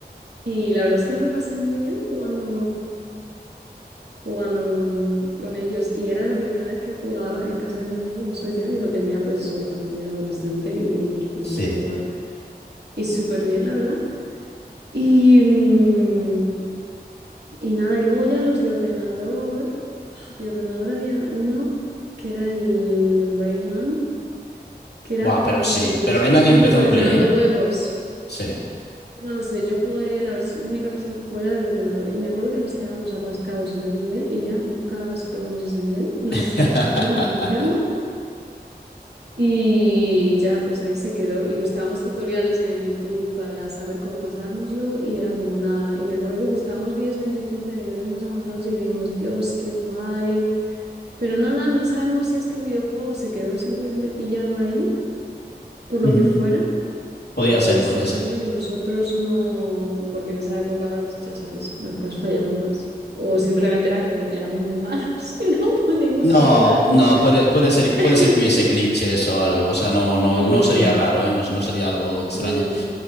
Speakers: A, on the right; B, on the left.
A: Y la verdad es que me lo pasé muy bien jugando jugando con, con ellos. Y era la primera vez que jugaba en casa de un amigo en Suecia, que lo tenía pues eso de cuando él era adolescente y nos pusimos
B: Sí.
A: a jugar. Y súper bien, la verdad. Y, mm, y nada, y luego ya los de ordenador, ah, de ordenador había uno que era el Rayman, que era
B: Buah,
A: como
B: pero sí.
A: ibas
B: Pero Rayman
A: cogiendo,
B: empezó
A: coleccionando
B: en Play, ¿eh?
A: huevos.
B: Sí.
A: No lo sé, yo jugué la vers- única versión que jugué era del ordenador y me acuerdo que nos quedábamos atascados en un nivel y ya nunca superamos ese nivel, no
B: <laughs>
A: sabíamos qué hacer ni cómo hacerlo y ya pues ahí se quedó y buscábamos tutoriales en el YouTube para saber cómo pasárnoslo y era como nada. Y me acuerdo que buscábamos vídeos en YouTube de niveles más avanzados y decíamos, Dios, qué guay. Pero nada, no sabemos si es que el videojuego se quedó simplemente pillado ahí, por
B: Ujú.
A: lo que fuera
B: Podría
A: o
B: ser,
A: simplemente
B: podría ser.
A: que nosotros no, porque en esa época, ya sabes, las cosas fallaban más. O simplemente era que n- éramos muy malos <laughs> y no pudimos
B: No,
A: superarlo.
B: No, puede, puede ser,
A: <laughs>
B: puede ser que hubiese glitches o algo. O sea, no, no,
A: Mm,
B: no sería raro, ¿eh? No, no sería algo extraño.
A: mm,